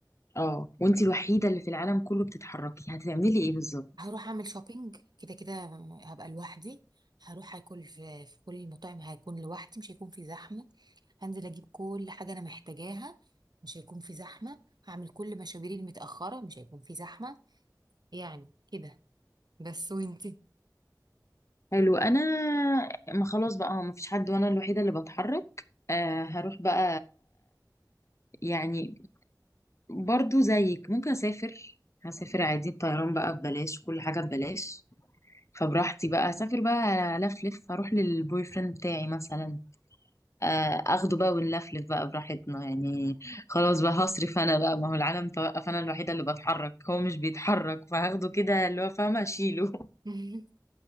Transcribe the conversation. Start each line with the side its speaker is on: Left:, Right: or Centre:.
Left: اه وانت الوحيدة اللي في العالم كله بتتحركي هتعملي ايه بالظبط
Right: هروح اعمل شوبينج كده كده هبقى لوحدي هروح اكل في في كل المطاعم هيكون لوحدي مش هيكون في زحمه هنزل اجيب كل حاجه انا محتاجاها مش هيكون في زحمه هعمل كل مشاويري المتاخره مش هيكون في زحمه يعني كده بس وانتي
Left: حلو انا ما خلاص بقى ما فيش حد وانا الوحيده اللي بتحرك آه هروح بقى يعني برضو زيك ممكن اسافر هسافر عادي الطيران بقى ببلاش كل حاجه ببلاش فبراحتي بقى اسافر بقى الف لف اروح للبوي فريند بتاعي مثلا آه اخده بقى ونلفلف بقى براحتنا يعني خلاص بقى هصرف انا بقى ما هو العالم توقف انا الوحيده اللي بتحرك هو مش بيتحرك فهاخده كده
Right: صح
Left: اللي هو فاهمه اشيله <laughs>
Right: <laughs>